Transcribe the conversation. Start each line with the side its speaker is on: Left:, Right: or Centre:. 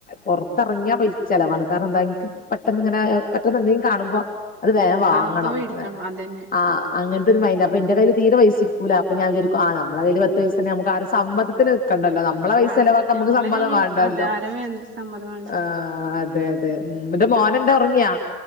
Left: പുറത്തറങ്ങിയ പൈസ ചിലവാണ് കാരണം എന്താ ഇനിക്ക് പെട്ടെന്ന് ഇങ്ങനെ പെട്ടെന്ന് എന്തെങ്കിലും കാണുമ്പോ അത് വേം വാങ്ങണം
Right: ആ അപ്പൊ മേടിക്കണം അതന്നെ
Left: ആ അങ്ങനത്തെ ഒരു മൈന്റ് അപ്പ ഇന്റെ കൈല് തീരെ പൈസിക്കൂല അപ്പ ഞാൻ വിചാരിക്കും ആ നമ്മുടെ കയ്യിൽ പത്ത് പൈസണ്ടെങ്കി തന്ന നമുക്ക് ആരേം സമ്മതത്തിന് നിക്കണ്ടല്ലോ. നമ്മളെ പൈസ
Right: ആ
Left: ചെലവാക്കാൻ നമുക്ക്
Right: നമ്മളെ
Left: സമ്മതം
Right: കയ്യിൽ
Left: വേണ്ടല്ലോ
Right: അധാരം വേണ്ട സമ്മതം വേണ്ട
Left: ആ അതെ തെ ന്നിട്ട് മോനെന്താ ഉറങ്ങിയാ.